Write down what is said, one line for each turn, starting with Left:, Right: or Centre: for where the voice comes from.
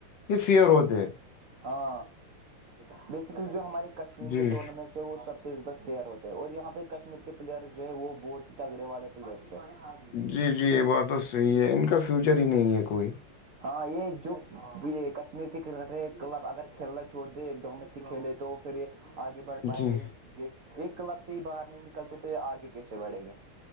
Left: یہ فیئر ہوتے ہیں
Right: ہاں بیسیکلی جو ہماراری کشمیر
Left: جی
Right: میں ٹورنامنٹس وہ سب سے زیادہ فیئر ہوتے ہے اور یہاں پہ کشمیر کے پلیئر جو ہے وہ بہت ہی تگڑے والے پلیئرس ہے
Left: جی جی یہ بات تو صحیح ہے ان کا فیوچر ہی نہیں ہے کوئی
Right: ہاں یہ جو یہ کشمیر کے کرکٹر کلب اگر کھیلنا چھوڑ دے ڈومیسٹک کھیلے تو پھر یہ آگے بڑھ پائے
Left: جی
Right: بھائی یہ ایک کلب سے ہی باہر نہیں نکلتے تو یہ آگے کیسے بڑھیں گے